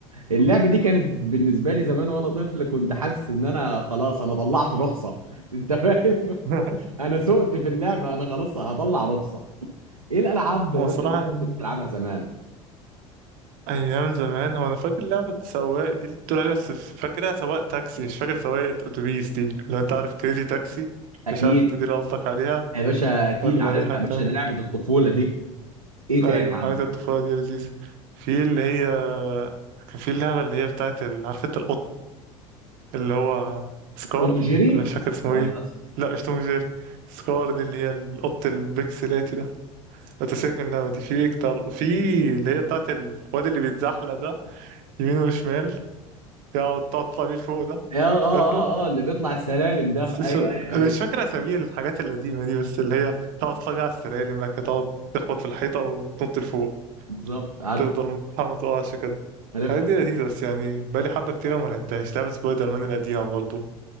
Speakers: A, on the right; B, on the right.
A: اللعبه دي كانت بالنسبه لي زمان وانا طفل كنت حاسس ان انا خلاص انا طلعت رخصه <laughs> انت فاهم
B: <laughs>
A: انا سقت في اللعبه انا خلاص هطلع رخصه ايه الالعاب مثلا
B: هو صراحة
A: اللي انت
B: يعني
A: كنت بتلعبها زمان
B: ايام زمان هو انا فاكر لعبه سواق دي اللي بتقول عليها بس فاكرها سواق تاكسي مش فاكر سواق اتوبيس دي لو انت عارف كريزي تاكسي
A: اكيد
B: مش عارف انت دي اللي قصدك عليها
A: يا باشا اكيد
B: ولا
A: عارفها
B: دي حاجه
A: يا باشا
B: تانية
A: دي لعبه الطفوله دي ايه تاني
B: ايوه
A: عنه
B: حاجات الطفوله دي لذيذه في اللي هي كان في اللعبه اللي هي بتاعت ال... عارف انت القط اللي هو سكار
A: توم جيري
B: ولا مش فاكر اسمه
A: ولا
B: ايه
A: اصلا
B: لا مش توم جيري سكار دي اللي هي القط البكسلاتي ده لا تسيبك من اللعبه دي في اكتر في اللي هي بتاعت الواد اللي بيتزحلق ده يمين وشمال تقعد تقعد تطلع بيه لفوق ده
A: اه اه
B: فاكره؟
A: اه اه اللي بيطلع السلالم ده
B: س-
A: ايوه
B: س-
A: ايوه
B: أنا
A: ايوه
B: مش فاكر أسامي الحاجات القديمة دي بس اللي هي تقعد تطلع بيه على السلالم بقى كده تقعد تخبط في الحيطة وتنط لفوق
A: بالظبط عارف
B: تفضل تحاول ما تقعش كده
A: عارفها
B: الحاجات دي لذيذة بس يعني بقالي حبة كتيرة وما لعبتهاش لعبة سبايدر مان القديمة برضه